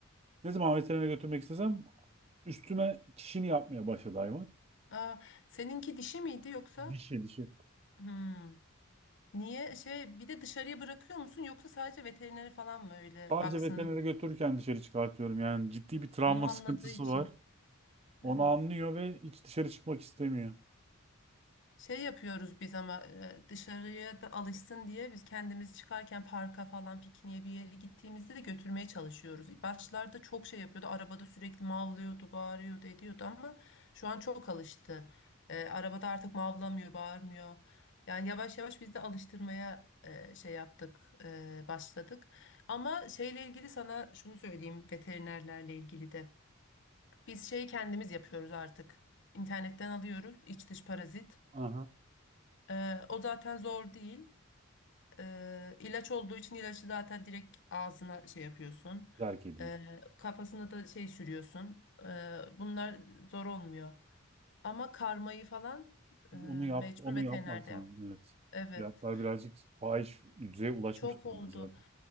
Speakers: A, on the right; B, on the left.
A: Ne zaman veterinere götürmek istesem üstüme çişini yapmaya başladı hayvan.
B: Aa, seninki dişi miydi yoksa?
A: Dişi dişi.
B: Hmm. Niye şey bir de dışarıya bırakıyor musun yoksa sadece veterinere falan mı öyle
A: Sadece
B: baksın
A: veterinere götürürken dışarı çıkartıyorum. Yani ciddi bir travma
B: Onu anladığı
A: sıkıntısı
B: için.
A: var. Onu
B: Evet.
A: anlıyor ve hiç dışarı çıkmak istemiyor.
B: Şey yapıyoruz biz ama e, dışarıya da alışsın diye biz kendimiz çıkarken parka falan pikniğe bir yere gittiğimizde de götürmeye çalışıyoruz. Başlarda çok şey yapıyordu. Arabada sürekli mavlıyordu, bağırıyordu, ediyordu ama şu an çok alıştı. E, arabada artık mavlamıyor, bağırmıyor. Yani yavaş yavaş biz de alıştırmaya e, şey yaptık, e, başladık. Ama şeyle ilgili sana şunu söyleyeyim veterinerlerle ilgili de. Biz şeyi kendimiz yapıyoruz artık. İnternetten alıyoruz iç dış parazit.
A: Aha.
B: Ee, o zaten zor değil. Ee, ilaç olduğu için ilacı zaten direkt ağzına şey yapıyorsun.
A: Terk ediyoruz.
B: Ee, kafasına da şey sürüyorsun. Ee, bunlar zor olmuyor. Ama karmayı falan e,
A: Onu yap,
B: mecbur
A: onu
B: veterinerde
A: yapmak
B: yaptım.
A: lazım. Evet.
B: Evet.
A: Fiyatlar birazcık fahiş düzeye ulaşmış
B: Çok
A: durumda
B: oldu.
A: zaten.